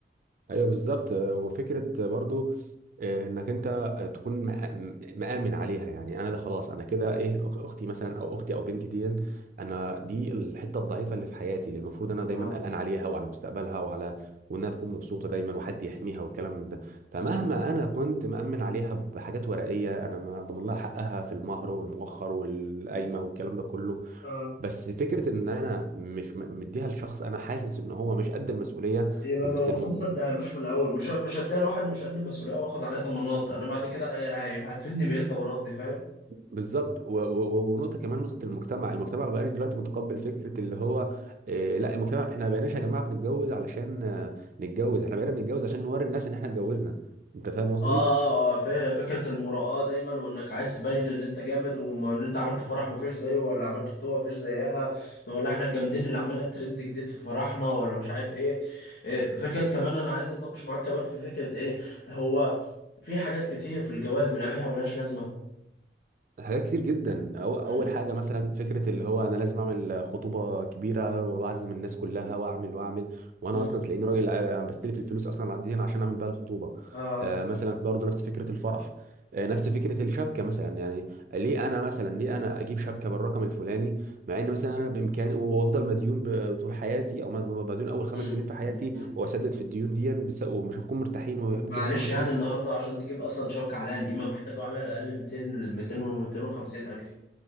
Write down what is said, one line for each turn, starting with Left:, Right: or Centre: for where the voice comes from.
Right: ايوه بالظبط وفكره برضو آه، انك انت تكون مأ- مآمن عليها يعني انا ده خلاص انا كده ايه أخ- اختي مثلا او اختي او بنتي دي انا دي الحته الضعيفه اللي في حياتي اللي المفروض انا دايما
Left: اه
Right: قلقان عليها وعلى مستقبلها وعلى وانها تكون مبسوطه دايما وحد يحميها والكلام من ده فمهما انا كنت مأمن عليها بحاجات ورقيه انا ما ضمن لها حقها في المهر والمؤخر والقايمه والكلام ده كله
Left: اه
Right: بس فكره ان انا مش م- مديها لشخص انا حاسس ان هو مش قد المسؤوليه
Left: يبقى
Right: بس
Left: المفروض
Right: المؤمن
Left: ما اديهالوش من الاول مش مش اديها لواحد مش قد المسؤوليه واخد عليه ضمانات انا بعد كده هي- هتفيدني بايه الضمانات دي فاهم
Right: بالظبط و- و- و- ونقطه كمان نقطه المجتمع المجتمع ما بقاش دلوقتي متقبل فكره اللي هو آه، لا المجتمع احنا ما بقيناش يا جماعه بنتجوز علشان آه، نتجوز احنا بقينا بنتجوز عشان نوري الناس ان احنا اتجوزنا انت فاهم قصدي
Left: اه اه ف- فكرة المراآة دايما وانك عايز تبين ان انت جامد وان انت عملت فرح ما فيش زيه ولا عملت خطوبة ما فيش زيها ولا احنا الجامدين اللي عملنا الترند جديد في فرحنا ولا مش عارف ايه إيه، فكرة كمان انا عايز اتناقش معاك كمان في فكرة ايه هو في حاجات كتير في الجواز بنعملها ملهاش لازمة
Right: حاجات كتير جدا أو اول
Left: مم.
Right: حاجه مثلا فكره اللي هو انا لازم اعمل خطوبه كبيره واعزم الناس كلها واعمل واعمل وانا
Left: مم.
Right: اصلا تلاقيني راجل آه، بستلف الفلوس اصلا دي عشان اعمل بيها الخطوبه
Left: اه
Right: آه، مثلا برضه نفس فكره الفرح آه، نفس فكره الشبكه مثلا يعني ليه انا مثلا ليه انا اجيب شبكه بالرقم الفلاني مع ان مثلا انا بامكاني وافضل مديون ب- طول حياتي او مديون اول خمس
Left: مم.
Right: سنين في حياتي
Left: مم. مم.
Right: واسدد
Left: مم.
Right: في الديون دي بس- ومش هنكون مرتاحين وممكن
Left: معلش
Right: يحصل مشاكل
Left: يعني
Right: بسبب-
Left: النهارده عشان تجيب اصلا شبكة عليها القيمة محتاجة على الاقل 200 200 و 250 الف